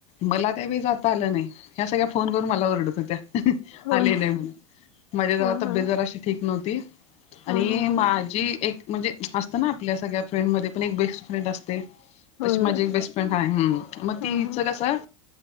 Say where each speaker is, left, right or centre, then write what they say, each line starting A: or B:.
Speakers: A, on the left (about 40°); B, on the left (about 70°).
A: मला त्यावेेळी जाता आलं नाई, ह्या सगळ्या फोन करून मला ओरडत होत्या
B: होय
A: आली नाही म्हणून. माझी जरा
B: हा
A: तब्ये
B: हा.
A: जराशी ठीक नव्हती आणि
B: हा हा हा
A: माझी एक म्हणजे असतं ना आपल्या सगळ्या फ्रेंडमध्ये पण एक बेस्ट फ्रेंड असते,
B: होय
A: तशी माझी
B: होय
A: एक बेस्ट फ्रेंड हाय हम्म म
B: हा
A: तीच
B: हा.
A: कसं